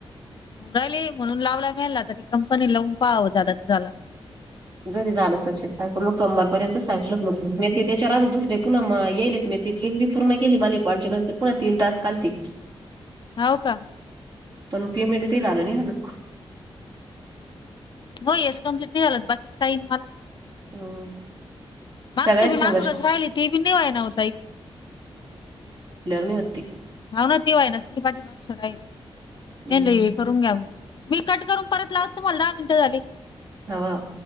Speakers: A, on the left; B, on the right.
A: राहिले मग लावला आता रिकापन आहे तर लावून पहाव झाले तर झालं झालं
B: जरी जाण तसां मग सोमवारपर्यंत सांगल मग त्याच्या दुसरे पुन येईलेत मी. ते तीन पूर्ण केले कालचे पुन्हा मला तीन तास्क आलते.
A: होव का
B: पण पेमेंट काय झालं नाही आजूक.
A: मग हेच कम्प्लीट नाही झालं तर बाकी काय येईल मला.
B: हम्म
A: मागचं
B: सगळ्याच
A: बी
B: संघर्ष
A: माजुरच राहिली ते बी नाय व्हयना ओ ताई.
B: मी होते.
A: ते होईना तू राहिले पाठीमागचा राहील
B: हम्म
A: नाही नाही हे करून घ्याव मी कट करून परत लावत तुम्हाला दहा मिनटं झाले.
B: हाव हाव